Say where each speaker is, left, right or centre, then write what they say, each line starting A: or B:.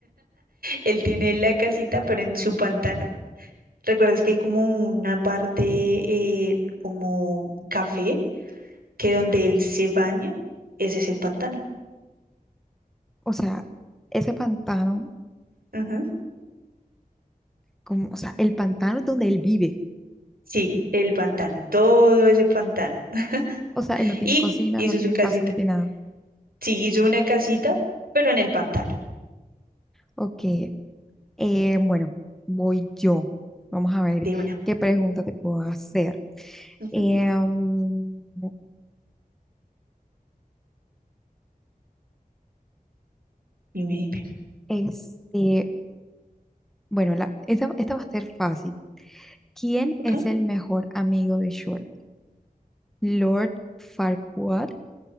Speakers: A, on the right; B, in the centre.
A: Él tiene la casita, pero en su pantano. ¿Recuerdas que hay como una parte eh, como café, que donde él se baña? Ese es el pantano.
B: O sea, ese pantano,
A: Ajá.
B: como, o sea, el pantano es donde él vive.
A: Sí, el pantano, todo ese pantano. <laughs>
B: O sea, él no tiene
A: Y
B: cocina,
A: hizo
B: no tiene
A: su casita.
B: casa, no tiene nada.
A: Sí, hizo una casita, pero en el pantano,
B: Ok, eh, bueno, voy yo. Vamos a ver
A: de una.
B: qué pregunta te puedo hacer.
A: Ujú.
B: Em,
A: Dime, dime.
B: este, Bueno, la, esta, esta va a ser fácil. ¿Quién
A: ok
B: es el mejor amigo de Short? ¿Lord Farquaad,